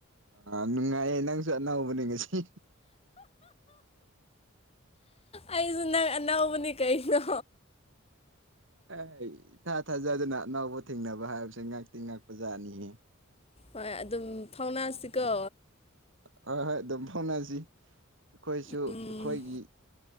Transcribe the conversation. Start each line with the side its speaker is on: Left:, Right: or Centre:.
Right: ꯑ ꯅꯨꯡꯉꯥꯏꯌꯦ ꯅꯪꯁꯨ ꯑꯅꯧꯕꯅꯦ ꯉꯁꯤ
Left: ꯑꯩꯁꯨ ꯅ ꯑꯅꯧꯕꯅꯤ ꯀꯩꯅꯣ
Right: ꯑꯦ ꯊꯥ ꯊꯥꯖꯗꯅ ꯑꯅꯥꯎꯕ ꯊꯦꯡꯅꯕ ꯍꯥꯏꯕꯁꯦ ꯉꯥꯛꯇꯤ ꯉꯥꯛꯄ ꯖꯥꯠꯅꯤꯍꯦ
Left: ꯍꯣꯏ ꯑꯗꯨꯝ ꯊꯧꯅꯥꯁꯤꯀꯣ
Right: ꯍꯣꯏ ꯍꯣꯏ ꯑꯗꯨꯝ ꯐꯥꯎꯅꯁꯤ ꯑꯩꯈꯣꯏꯁꯨ
Left: ꯎꯝ
Right: ꯑꯩꯈꯣꯏꯒꯤ